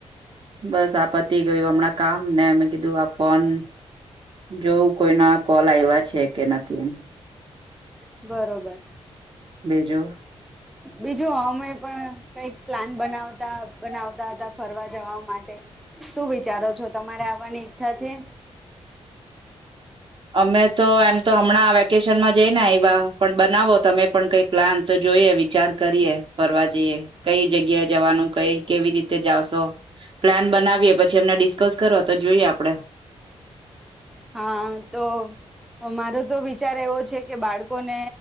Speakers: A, on the right; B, in the centre.
A: બસ આ પતિ ગયું હમણાં કામ ને મેં કીધું આ ફોન જોયું કોઈના કોલ આવ્યા છે કે નથી એમ.
B: બરોબર. <inaudible>
A: બીજું?
B: બીજું આમે પણ કઈક પ્લાન બનાવતા બનાવતા હતા ફરવા જવા માટે. શું વિચારો છો તમારે આવાની ઈચ્છા છે?
A: અમે તો એમ તો હમણાં વેકેશનમાં જઈ ને એવા પણ બનાવો તમે પણ કઈ પ્લાન તો જોઈએ વી ચાર કરીએ ફરવા જઈએ કઈ જગ્યા જવાનું કઈ કેવી રીતે જાશો પ્લાન બનાવીએ પછી એમને ડિસ્કસ કરો તો જોઈએ આપડે.
B: હા, તો મારો તો વિચાર એવો છે કે બાળકોને